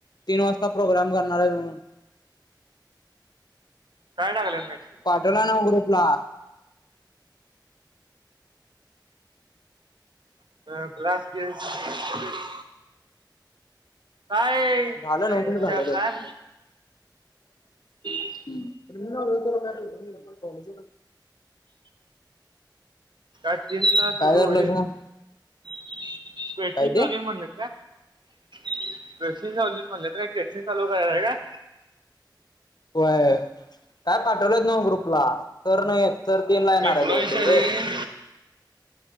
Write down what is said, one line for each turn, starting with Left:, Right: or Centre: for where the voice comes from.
Left: तीन वाजता प्रोग्राम करणार हाईत म्हणून.
Right: काय टाकल्यात मॅसेज?
Left: तेला ना ग्रुप ला.
Right: अ क्लास <unintelligible> काय
Left: झालं
Right: त्यांच्या
Left: नऊ मिनिट झालं तर
Right: काय <unintelligible>
Left: हुं. <unintelligible> कॉलेजस
Right: दॅट तीन ला सुरू
Left: काय करायलास
Right: होईल,
Left: मग
Right: <unintelligible>
Left: काय ते
Right: म्हणलेत का? <unintelligible> म्हणलेत का? केसन चालू करायचय का?
Left: व्हय, काय पाठवल्यात नव ग्रुपला, सर नाहीेत. सर तीन ला येणार
Right: एम्प्लॉई
Left: आहेत बहुतेक रे.